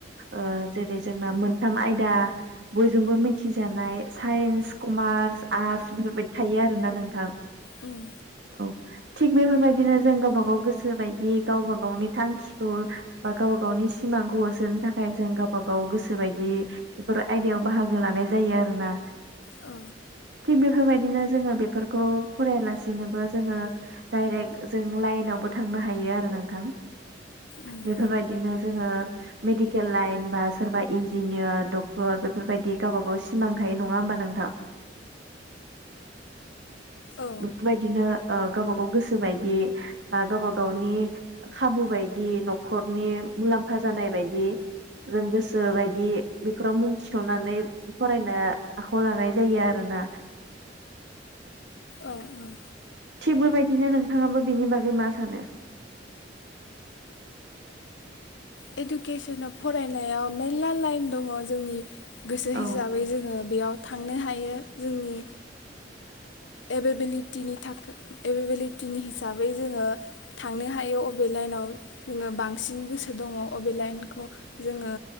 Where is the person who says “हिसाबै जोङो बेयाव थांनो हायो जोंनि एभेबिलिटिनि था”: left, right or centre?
Left